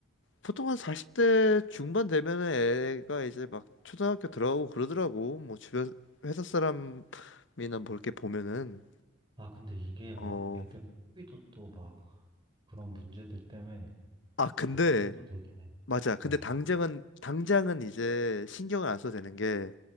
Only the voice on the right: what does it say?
아, 근데 이게 막
애들 학비도 또 막 그런 문제들 때문에
또 걱정도 되긴 해.
어,